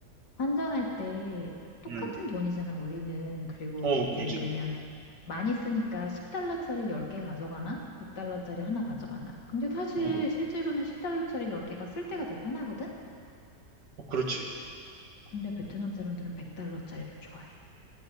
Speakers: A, on the left; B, on the right.
A: 환전할 때 똑같은
B: 음,
A: 돈이잖아, 우리는. 그리고
B: 어, 그지.
A: 예를 들면 많이 쓰니까 10달러짜리 10개 가져가나? 100달러짜리 하나 가져가나? 근데 사실
B: 어,
A: 실제로는 10달러짜리 10개가 쓸 때가 더 편하거든?
B: 어, 그렇지.
A: 근데 베트남
B: 음.
A: 사람들은 100달러짜리를 좋아해.